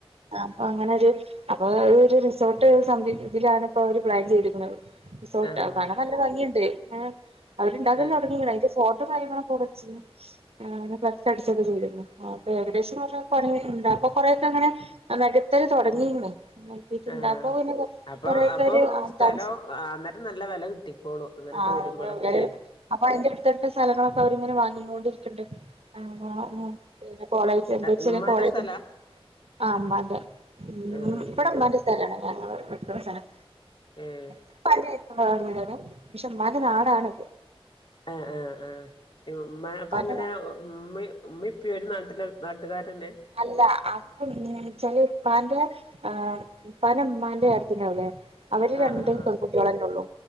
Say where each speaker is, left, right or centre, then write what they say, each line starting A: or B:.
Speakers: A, on the right; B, on the left.
A: അപ്പൊ അങ്ങനെ ഒരു അപ്പൊ ഒരു റിസോർട്ട് സംതി ഇതിലാണ്പ്പോ അവര് പ്ലാൻ ചെയ്തിക്കണത്
B: ആഹ്
A: പണ നല്ല ഭംഗിയുണ്ട് ഏഹ് അവര്ണ്ടാക്കന്ന്
B: ആഹ്
A: തുടങ്ങി അതിന്റെ ഫോട്ടോ കാര്യങ്ങള കൊറച്ച് ആഹ് ഫ്ലക്സ് അടിച്ചൊക്കെ ചെയ്തിക്കിന് അപ്പൊ ഏകദേശം പറഞ്ഞ പണി ഉണ്ട അപ്പൊ കൊറേൊക്കെ അങ്ങനെ നേഖത്തല് തുടങ്ങിക്കണ് നികത്തിട്ടുണ്ട്
B: ആഹ്
A: അപ്പൊ ഇനെ
B: അപ്പൊ
A: കൊറെക്കൊരു
B: അപ്പൊ
A: ആൾ
B: സ്ഥലം
A: താമസം
B: അന്നേരം നല്ല വില കിട്ടിക്കോളും അങ്ങനെയൊക്കെ
A: ആഹ്
B: വരുമ്പോളൊക്കെ
A: അപ്പൊ അതിന്റെ അടുത്തടുത്തെ സ്ഥലങ്ങളൊക്കെ അവരിങ്ങനെ വാങ്ങിങ്ങോണ്ടിരിക്കുന്നുണ്ട് ആഹ് <unintelligible> പിന്നെ കോളേജ് എന്തെച്ചാല്
B: ഉമ്മാന്റെ
A: കോളേജ്
B: സ്ഥലാ
A: ആഹ് ഉമ്മാൻ്റെ
B: ആഹ്
A: ഉം ഇവടെ ഉമ്മാൻ്റെ സ്ഥലാണ് ഞങ്ങള് നിക്ക്ണ സ്ഥലം
B: ഏഹ്
A: <unintelligible> നാടാണിത്
B: ആഹ് ആഹ് ആഹ് ഇ യുമ്മ
A: ഉപ്പാന്റെ
B: അപ്പ എങ്ങനെ ഉമ്മയും ഉമ്മയും ഉപ്പയും ഒരു നാട്ടില് നാട്ടുകാരെന്നെയാ
A: അല്ലാ അത് എങ്ങനെയാച്ചാല് ഉപ്പാന്റെ ആഹ് ഉപ്പാന്റെ ഉമ്മാന്റെ ഏട്ത്തിണ്ടാവുലെ? അവര്
B: ആഹ്
A: രണ്ടും
B: ആഹ് ആഹ്
A: പെൺകുട്ട്യോളെന്നെയുള്ളൂ